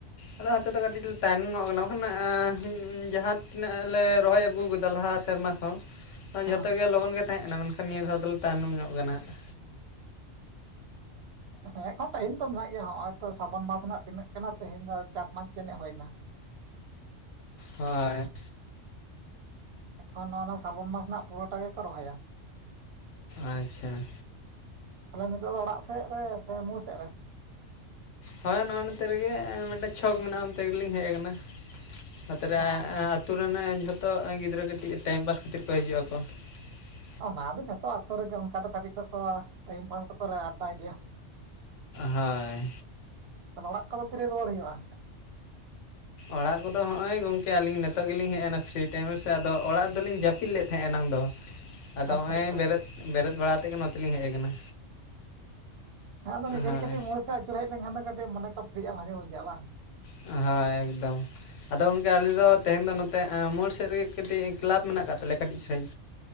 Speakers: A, on the left; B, on the right.
A: ᱟᱞᱮ ᱱᱚᱛᱮ ᱫᱚ ᱠᱟᱹᱴᱤᱡ ᱞᱮ ᱛᱟᱭᱚᱢ ᱧᱚᱜ ᱠᱟᱱᱟ ᱵᱟᱠᱷᱟᱱ ᱮ ᱮ ᱦᱩ ᱦᱩ ᱡᱟᱦᱟᱸ ᱛᱤᱱᱟᱹᱜ ᱞᱮ ᱨᱚᱦᱚᱭ ᱟᱹᱜᱩ ᱟᱠᱟᱫᱟ ᱞᱟᱦᱟᱼᱼ ᱥᱮᱨᱢᱟ ᱠᱚ, ᱡᱷᱚᱛᱚ
B: ᱦᱮᱸ
A: ᱜᱮ ᱞᱚᱜᱚᱱ ᱜᱮ ᱛᱟᱦᱮᱸ ᱠᱟᱱᱟ ᱢᱮᱱᱠᱷᱟᱱ ᱱᱤᱭᱟᱹ ᱫᱷᱟᱣ ᱫᱚᱞᱮ ᱛᱟᱭᱱᱚᱢ ᱧᱚᱜ ᱠᱟᱱᱟ ᱦᱟᱸᱜ ᱾
B: ᱦᱮᱸ ᱮᱠᱷᱚᱱ ᱴᱟᱭᱤᱢ ᱛᱚ ᱢᱮᱱᱟᱜ ᱜᱮᱭᱟ, ᱦᱚᱜᱼᱚᱭ ᱛᱚ ᱥᱟᱵᱚᱱ ᱢᱟᱥ ᱨᱮᱱᱟᱜ ᱛᱤᱱᱟᱹᱜ ᱠᱟᱱᱟ ᱛᱮᱦᱮᱧ ᱫᱚ ᱪᱟᱨ ᱯᱟᱸᱪ ᱡᱚᱱᱤᱡ ᱦᱩᱭᱮᱱᱟ ᱾
A: ᱚ ᱦᱳᱭ ᱾
B: ᱮᱠᱷᱚᱱ ᱚᱱᱟ ᱥᱨᱟᱵᱚᱱ ᱢᱟᱥ ᱨᱮᱱᱟᱜ ᱯᱩᱨᱟᱹᱴᱟᱜ ᱜᱮᱠᱚ ᱨᱚᱦᱚᱭᱟ ᱾
A: ᱟᱪᱪᱷᱟ ᱾
B: ᱛᱟᱦᱚᱞᱮ ᱱᱤᱛᱚᱜ ᱫᱚ ᱚᱲᱟᱜ ᱥᱮᱫ ᱨᱮ ᱥᱮ ᱢᱩᱲ ᱥᱮᱫ ᱨᱮ?
A: ᱦᱳᱭ ᱱᱚᱜᱼᱚᱭ ᱱᱚᱛᱮ ᱨᱮᱜᱮ ᱢᱤᱫᱴᱮᱱ ᱪᱷᱚᱠ ᱢᱮᱱᱟᱜᱼᱟ ᱚᱱᱛᱮ ᱜᱮᱞᱤᱧ ᱦᱮᱡ ᱟᱠᱟᱱᱟ ᱾ ᱱᱚᱛᱮᱨᱮ
B: ᱚ
A: ᱟᱹᱛᱩ ᱨᱮᱱ ᱡᱷᱚᱛᱚ ᱜᱤᱫᱽᱨᱟᱹ ᱠᱟᱹᱴᱤᱡ ᱴᱟᱭᱤᱢ ᱯᱟᱥ ᱠᱷᱟᱹᱛᱤᱨ ᱠᱚ ᱦᱤᱡᱩᱜ ᱟᱠᱚ ᱾
B: ᱚᱱᱟ ᱫᱚ ᱡᱚᱛᱚ ᱟᱛᱩ ᱨᱮᱜᱮ ᱚᱱᱠᱟ ᱫᱚ ᱠᱟᱹᱴᱤᱡ ᱫᱚᱠᱚ ᱴᱟᱭᱤᱢ ᱯᱟᱥ ᱫᱚᱠᱚ ᱟᱰᱰᱟᱭ ᱜᱮᱭᱟ ᱾
A: ᱦᱳᱭ᱾
B: ᱟᱨ ᱚᱲᱟᱜ ᱠᱚᱫᱚ ᱛᱤᱨᱮ ᱨᱩᱣᱟᱹᱲ ᱦᱩᱭᱩᱼᱟ?
A: ᱚᱲᱟᱜ ᱠᱚᱫᱚ ᱦᱚᱸᱜᱼᱚᱭ ᱜᱚᱝᱠᱮ ᱟᱹᱞᱤᱧ ᱱᱤᱛᱚᱜ ᱜᱮᱞᱤᱧ ᱦᱮᱡ ᱮᱱᱟ ᱯᱷᱨᱤ ᱴᱟᱭᱤᱢ ᱨᱮᱥᱮᱫ ᱟᱫᱚ ᱚᱲᱟᱜ ᱨᱮᱫᱚᱞᱤᱧ ᱡᱟᱹᱯᱤᱫ ᱞᱮᱫ ᱛᱟᱦᱮᱸᱜ-ᱟ ᱮᱱᱟᱝ ᱫᱚ, ᱟᱫᱚ
B: ᱟᱪᱪᱷᱟ
A: ᱦᱚᱸᱭᱼᱚᱭ
B: ᱟᱪᱪᱷᱟ
A: ᱵᱮᱨᱮᱫ ᱵᱮᱨᱮᱫ ᱵᱟᱲᱟ ᱠᱟᱛᱮᱫ ᱜᱮ ᱱᱚᱛᱮᱞᱤᱧ ᱦᱮᱡ ᱟᱠᱟᱱᱟ᱾
B: ᱦᱮᱸ ᱟᱫᱚ ᱢᱤᱫ ᱜᱷᱤᱡ
A: ᱦᱳᱭ
B: ᱠᱟᱹᱴᱤᱡ ᱢᱳᱲ ᱥᱮᱫ ᱟᱹᱪᱩᱨ ᱦᱮᱡ ᱞᱮᱱᱠᱷᱟᱱ ᱫᱚ ᱠᱟᱹᱴᱤᱡ ᱢᱚᱱᱮ ᱠᱚ ᱯᱷᱤᱨᱤ-ᱟ ᱵᱷᱟᱜᱮ ᱵᱩᱡᱟᱹᱜᱼᱟ ᱵᱟᱝ᱾
A: ᱦᱳᱭ ᱮᱠᱫᱚᱢ᱾ ᱟᱫᱚ ᱜᱚᱝᱠᱮ ᱟᱞᱮ ᱫᱚ ᱛᱮᱦᱮᱧ ᱫᱚ ᱱᱚᱛᱮ ᱮᱸ ᱢᱳᱲ ᱥᱮᱫ ᱨᱮᱜᱮ ᱠᱟᱹᱴᱤᱡ ᱠᱞᱟᱵᱽ ᱢᱮᱱᱟᱜ ᱟᱠᱟᱫ ᱛᱟᱞᱮᱭᱟ ᱠᱟᱹᱴᱤᱡ ᱥᱟᱦᱤᱡᱽ᱾